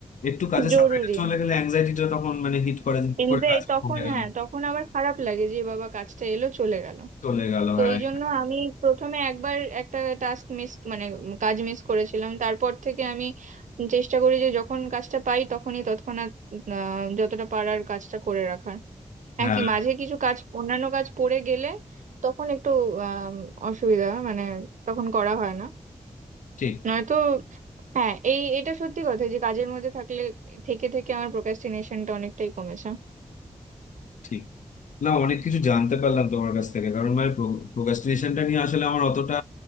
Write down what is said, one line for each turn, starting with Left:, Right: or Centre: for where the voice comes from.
Left: একটু কাজের
Right: জরুরি
Left: সাপ্লাইটা চলে গেলে অ্যাংজাইটিটা তখন মানে হিট করে যে,
Right: কিন্তু
Left: করে কাজ
Right: এই তখন
Left: কমে গেল
Right: হ্যাঁ তখন আবার খারাপ লাগে যে বাবা কাজটা এলো চলে গেল
Left: চলে গেল
Right: তো
Left: হ্যাঁ
Right: এই জন্য আমি প্রথমে একবার একটা টাস্ক মিস মানে উম কাজ মিস করেছিলাম তারপর থেকে আমি চেষ্টা করি যে যখন কাজটা পাই তখনই তৎক্ষণাৎ আহ, যতটা পারার কাজটা করে রাখার হ্যাঁ
Left: হ্যাঁ
Right: কি মাঝে কিছু কাজ অন্যান্য কাজ পড়ে গেলে তখন একটু আম, অসুবিধা মানে তখন করা হয় না
Left: ঠিক
Right: নয়তো হ্যাঁ এই এটা সত্যি কথা যে কাজের মধ্যে থাকলে থেকে থেকে আমার প্রোক্রাস্টিনেশনটা অনেকটাই কমেছে
Left: ঠিক না অনেক কিছু জানতে পারলাম তোমার কাছ থেকে কারণ মানে প্রোক্রাস্টিনেশনটা নিয়ে আসলে আমার অতটা